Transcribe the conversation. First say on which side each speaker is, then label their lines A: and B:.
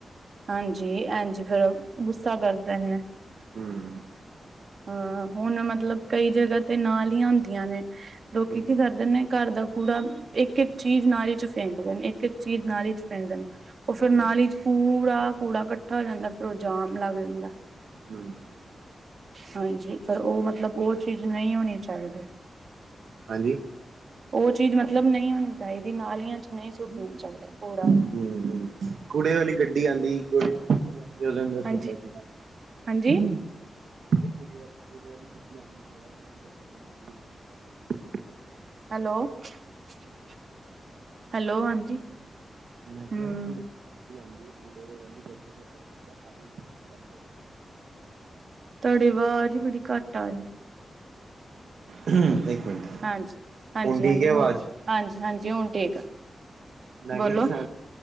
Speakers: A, on the right (about 60°); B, on the right (about 80°).
A: ਹਾਂਜੀ। ਐਂਝ ਫਿਰ ਗੁੱਸਾ ਕਰਦੇ ਨੇ।
B: ਹਮ।
A: ਹਾਂ, ਹੁਣ ਮਤਲਬ ਕਈ ਜਗ੍ਹਾ ਤੇ ਨਾਲ਼ੀਆਂ ਹੁੰਦੀਆਂ ਨੇ ਲੋਕੀ
B: ਹੂੰ
A: ਕੀ ਕਰਦੇ ਨੇ। ਘਰ ਦਾ ਕੂੜਾ, ਇੱਕ-ਇੱਕ ਚੀਜ਼ ਨਾਲੀ 'ਚ ਫੇਕਦੇ ਨੇ। ਇੱਕ-ਇੱਕ ਚੀਜ਼ ਨਾਲੀ 'ਚ ਫੈਕਦੇ ਨੇ। ਉਹ ਫਿਰ ਨਾਲੀ
B: ਹੂੰ
A: 'ਚ ਪੂਰਾ ਕੂੜਾ ਇਕੱਠਾ ਹੋ ਜਾਂਦਾ। ਫਿਰ ਉਹ ਜਾਮ ਲੱਗ ਜਾਂਦਾ।
B: ਹਮ।
A: ਹਾਂਜੀ। ਪਰ ਉਹ ਮਤਲਬ, ਉਹ ਚੀਜ਼ ਨਹੀਂ ਹੋਣੀ ਚਾਹੀਦੀ।
B: ਹਾਂਜੀ।
A: ਉਹ ਚੀਜ਼ ਮਤਲਬ ਨਹੀਂ ਹੋਣੀ ਚਾਹੀਦੀ। ਨਾਲੀਆਂ 'ਚ ਨਹੀਂ ਸੁੱਟਣਾ ਚਾਹੀਦਾ, ਕੂੜਾ।
B: <inaudible> ਕੂੜੇ ਵਾਲੀ ਗੱਡੀ ਆਂਦੀ। ਕੂੜੇ ਵਾਲੀ ਗੱਡੀ ਆਂਦੀ‌। ਉਹਦੇ ਅੰਦਰ ਸੁੱਟੋ
A: ਹਾਂਜੀ
B: ਤੁਸੀਂ।
A: ਹਾਂਜੀ
B: ਮੇਰੇ ਕੁੜੀ ਵਾਲੀ, ਕੁੜੇ ਵਾਲੀ ਗੱਡੀ ਆਂਦੀ ਤੇ ਐ। ਉਹਦੇ ਅੰਦਰ ਸੁੱਟੋ। ਨਾਲੀ 'ਚ ਸੁਟ ਕੇ ਕਰਨਾ ਕਿ ਏ।
A: ਹੈਲੋ-ਹੈਲੋ, ਹਾਂਜੀ।
B: ਮੈਂ
A: ਹੂੰ
B: ਕਿਹਾ ਕੂੜੇ ਵਾਲੀ ਗੱਡੀ ਆਂਦੀ ਏ। ਕੂੜੇ ਵਾਲੀ ਗੱਡੀ ਦੇ ਅੰਦਰ ਈ ਸੁੱਟੋ। ਨਾਲੀ 'ਚ ਸੁਟ ਕੇ ਕਰਨਾ ਕੀ।
A: ਤੁਹਾਡੀ ਆਵਾਜ਼ ਈ ਬੜੀ ਘੱਟ ਆ ਰਹੀ।
B: ਹਮ, ਇੱਕ ਮਿੰਟ।
A: ਹਾਂਜੀ-ਹਾਂਜੀ-ਹਾਂਜੀ।
B: ਠੀਕ ਹੈ
A: ਹੁਣ
B: ਆਵਾਜ਼
A: ਹਾਂਜੀ-ਹਾਂਜੀ। ਹੁਣ ਠੀਕ ਆ।
B: ਮੈਂ
A: ਬੋਲੋ
B: ਕਿਹਾ